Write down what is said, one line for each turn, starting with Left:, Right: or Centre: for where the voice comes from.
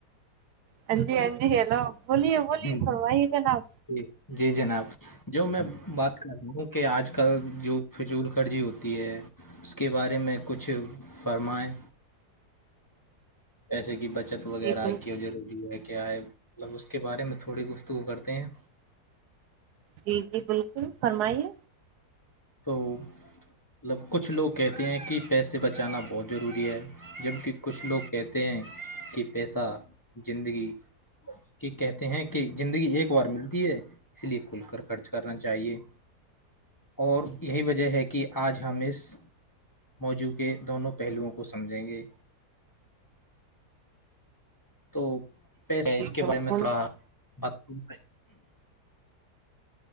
Right: ہاں جی ہاں جی ہیلو بولیے بولیے
Left: ج
Right: فرمائیے جناب
Left: جی جناب جو میں بات وں کہ آج کل جو فضول خرضی ہوتی ہے اس کے بارے میں کچھ فرمائیں پیسے کی بچت وغیرہ
Right: جی بال
Left: کی جری ہے کیا ہے مطلب اس کے بارے میں تھوڑی گفتگو کرتے ہیں
Right: جی جی بالکل فرمائیے
Left: تو مطلب کچھ لوگ کہتے ہیں کہ پیسے بچانا بہت ضروری ہے جبکہ کچھ لوگ کہتے ہیں کہ پیسہ زندگی کہ کہتے ہیں کہ زندگی ایک بار ملتی ہے اس لیے کھل کر خرچ کرنا چاہیے اور یہی وجہ ہے کہ آج ہم اس موضوع کے دونوں پہلوؤں کو سمجھیں گے تو پسے
Right: جی
Left: اس کے
Right: بالکل
Left: بارے میں تھوڑا بتاں